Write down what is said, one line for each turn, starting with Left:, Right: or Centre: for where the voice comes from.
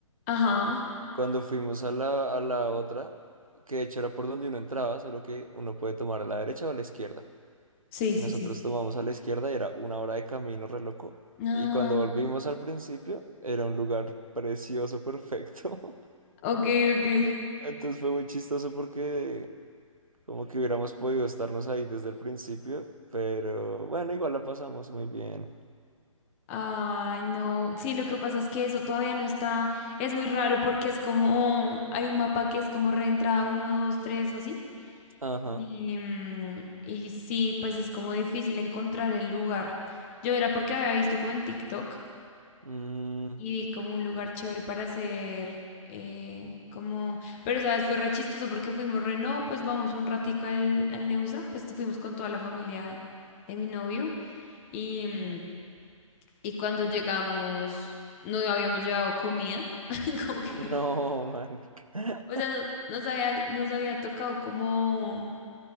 Left: Ajá.
Right: Y cuando fuimos a la, a la otra, que de hecho era por donde uno entraba, solo que uno puede tomar a la derecha o a la izquierda.
Left: Sí,
Right: Y
Left: sí,
Right: nosotros
Left: sí.
Right: tomamos a la izquierda y era una hora de camino re loco.
Left: Ah,
Right: Y cuando volvimos al principio, era un lugar precioso, perfecto.
Left: ok, ok.
Right: <laughs> Entonces fue muy chistoso porque como que hubiéramos podido estarnos ahí desde el principio, pero bueno, igual la pasamos muy bien.
Left: Ay, no. Sí, lo que pasa es que eso todavía no está. Es muy raro porque es como. Hay un mapa que es como reentrada uno, 2, 3, así.
Right: Ajá.
Left: Y, mm, y sí, pues es como difícil encontrar el lugar. Yo era porque había visto como en TikTok
Right: Mm,
Left: y vi como un lugar chévere para hacer. eh, como. Pero, ¿sabes? Fue re chistoso porque fuimos re. No, pues vamos un ratico al, al Neusa. Pues fuimos con toda la familia de mi novio. Y. mm, y cuando llegamos, no habíamos llevado comida, <laughs> como que,
Right: <laughs> no, marica.
Left: o sea, no- nos había, nos había tocado como,